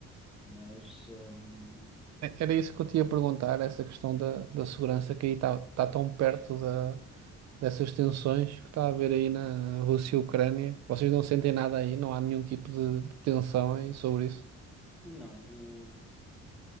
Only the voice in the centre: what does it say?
mas hum,
não, o-